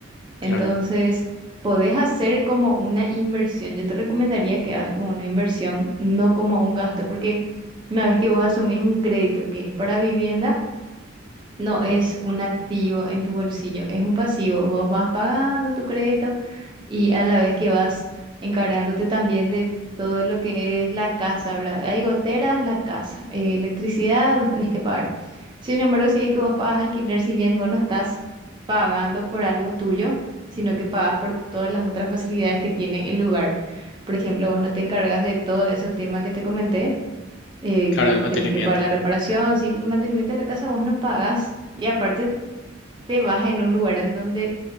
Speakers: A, on the right; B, on the left.
A: Entonces,
B: Claro,
A: podés hacer como una inversión. Yo te recomendaría que hagas como una inversión, no como un gasto, porque una vez que vos asumís un crédito que es para vivienda, No es un activo en tu bolsillo, es un pasivo. Vos vas pagando tu crédito y a la vez que vas encargándote también de todo lo que es la casa, ¿verdad? Hay goteras, la casa, eh, electricidad, vos tenés que pagar. Sin embargo, si es que vos pagas alquiler, si bien vos no estás pagando por algo tuyo, sino que pagas por todas las otras facilidades que tiene el lugar. Por ejemplo, vos no te encargas de todo ese tema que te comenté, eh,
B: claro,
A: que
B: el mantenimiento.
A: tenés que pagar la reparación, si el mantenimiento de la casa vos no pagás. Y aparte te vas en un lugar en donde